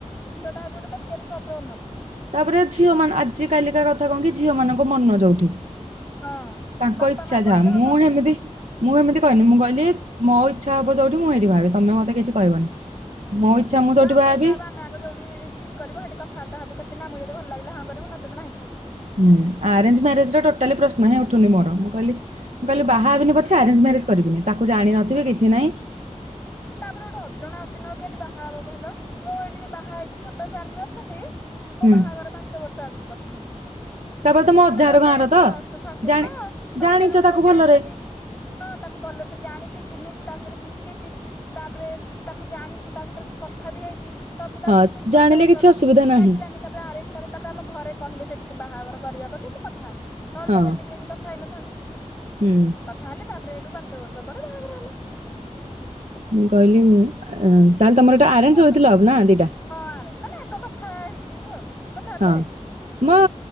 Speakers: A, on the left; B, on the right.
A: ଏ ଝିଅଟା ହଉଚି ଗୋଟ ବେକାରୀ ସପର ଓନର।
B: ତାପରେ ଝିଅ ମାନ ଆଜି କାଲିକା କଥା କଣ କି ଝିଅ ମାନଙ୍କ ମନ ଯୋଉଠି।
A: ହଁ
B: ତାଙ୍କ
A: ବାପା
B: ଇଛା
A: ମା କହିଲେ
B: ଯାହା ମୁଁ
A: ହବ କି
B: ହେମିତି ମୁଁ ଏମିତି କହନି ମୁଁ କହିଲି ମୋ ଇଛା ହବ ଯୋଉଠି ମୁଁ ହେଇଠି ବାହାହେବି ତମେ ମତେ କିଛି କହିବନି।
A: ହୁଁ
B: ମୋ ଇଚ୍ଛା ମୁଁ ଯୋଉଠି
A: କାମ
B: ବାହାହେବି
A: ଇଚ୍ଛା ହବ ଆମେ ଆଗ ଯୋଉଠି ଠିକ୍ କରିବ ସେଠୀ କଥା ବାର୍ତ୍ତା ହେବୁ କେତେ ଆମକୁ ଯଦି ଭଲ ଲାଗିଲା ହଁ କରିବୁ ନଚେତ ନାହିଁ କରିବୁ।
B: ହୁଁ ଆରେଞ୍ଜ ମ୍ୟାରେଜ ର ଟୋଟାଲି ପ୍ରଶ୍ନ ହିଁ ଉଠୁନି ମୋର ମୁଁ କହିଲି ମୁଁ କହିଲି ବାହା ହେବିନି ପଛେ ଆରେଞ୍ଜ ମ୍ୟାରେଜ କରିବିନି ତାକୁ ଜାଣିିନଥିଵି କିଛି ନାଇଁ।
A: ତାପରେ ଗୋଟେ ଅଜଣା ଅଛିିନ୍ କେନ୍ତି ବାହାହବ କହିଲ ମୁଁ ଏଇ ଟିକେ ବାହା ହେଇଚି ସତ ସେ ଆର୍ମି ଅଛନ୍ତି। ମୋ
B: ହୁଁ
A: ବାହାଘର ପାଞ୍ଚ ବର୍ଷ ଆଗରୁ କଥା ହେଇଛି।
B: ତାପରେ ତମ
A: ମାନେ
B: ଅଜାଘର
A: ମତେ
B: ଗାଁର ତ
A: ପ୍ଲସ୍ ଟୁ ଫାର୍ଷ୍ଟ
B: ଜାଣି
A: ୟର ହଁ ଫାର୍ଷ୍ଟ
B: ଜାଣିଛ
A: ୟର ରୁ ମୁ ତାକୁ
B: ଭଲରେ
A: ଜାଣିଚି। ହଁ ତାକୁ ଭଲସେ ଜାଣି ଚିହ୍ନିଚି ତା ସାଥିରେ ମିଶିଚି ତାପରେ ତାକୁ ଜାଣିଚି ତା ସହିତରେ କଥା ବି ହେଇଚି। ତ ମୁଁ ତାକୁ
B: ହଁ
A: ଚିହ୍ନିଚି
B: ଜାଣିଲେ
A: ପାଞ୍ଚ ବର୍ଷ ହେଲା
B: ଅସୁବିଧା
A: କିଛି
B: ନାହିଁ
A: ଲାଗିଲାନି। ତାପରେ ଆରେଞ୍ଜ ମ୍ୟାରେଜ ତାପରେ ଆମ ଘରେ କହିଲେ ସେଇଟିକୁ ବାହାଘର କରିବା ବୋଲି ମୁ କଥା ହେଲି ନହଲେ
B: ହଁ
A: ତ ଏମିତିରେ ବି କଥା ହେଇନଥାନ୍ତି
B: ହୁଁ
A: କଥା ହେଲେ ତାପରେ ଏଇଠୁ ପାଞ୍ଚ ବର୍ଷ ପରେ ବାହାଘର ହେଲା।
B: ମୁଁ କହିଲି ଉଁ ତାହେଲେ ତମର ଏଟା
A: ସେମିତି
B: ଆରେଞ୍ଜ
A: ଭଲ
B: ୱିଥ ଲଭ ନା ଦିଟା?
A: ହଁ ଆରେଞ୍ଜ ମାନେ ଆଗ କଥା ହେଇଚି କିନ୍ତୁ ଆଉ। କଥାବାର୍ତ୍ତା
B: ହଁ
A: ହେଇଛି
B: ମୋ